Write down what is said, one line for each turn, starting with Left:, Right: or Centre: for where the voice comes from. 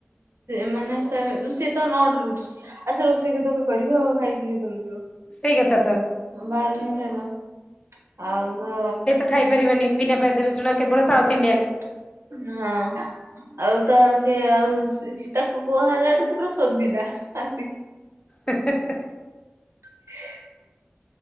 Right: ମାନେ ସିଏ ତ ନଅଟାରୁ ଉଠୁଛି। ଆଉ ସେ ରୋଷେଇ କେତବେଳେ କରିବ ଆଉ ଖାଇକି କେତେବେଳେ ଯିବ।
Left: ସେଇ କଥା ତ
Right: ବାହାରୁ କିଣି ଖାଇଦବ ଆଉ ତ
Left: ଖାଇପାରିବେନି ବିନା ପିନାଜ ରଶୁଣ କେବଳ ସାଉଥ ଇଣ୍ଡିଆନ୍।
Right: ହଁ। ଆଉ ତ ସେ ଆଉ ତାକୁ କୁହା ହେଲାଠୁ ସିଏ ପୁରା ସୋଦିଲା ଆସି।
Left: ହେ ହେ।
Right: ହ